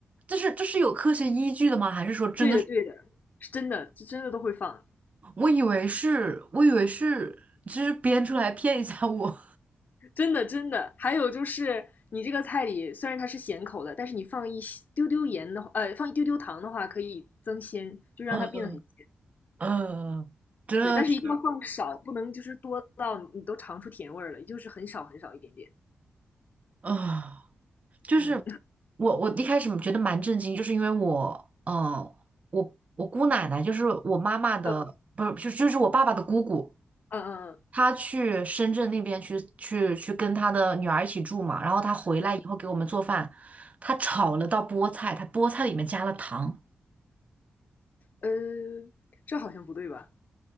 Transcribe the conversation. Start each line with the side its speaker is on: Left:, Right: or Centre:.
Right: 这是这是有科学依据的吗？还是说真的是？
Left: 对的，对的，是真的，是真的都会放。
Right: 我以为是，我以为是，就是编出来骗一下我。
Left: 真的真的。还有就是你这个菜里虽然它是咸口的，但是你放一丢丢盐的话，呃，放一丢丢糖的话，可以增鲜，就让它变得很鲜。
Right: <laughs> 嗯、这是
Left: 对，但是一定要放少，不能就是多到你都尝出甜味儿了，就是很少很少一点点。
Right: 啊。就是
Left: 嗯
Right: 我，我一开始觉得蛮震惊，就是因为我，呃，我我姑奶奶就是我妈妈的，
Left: 嗯
Right: 不是，就就是我爸爸的姑姑，
Left: 嗯嗯
Right: 她去深圳那边去去去跟她的女儿一起住嘛，然后她回来以后给我们做饭，
Left: 嗯，
Right: 她炒了道菠菜，她菠菜里面加了糖，
Left: 呃，这好像不对吧？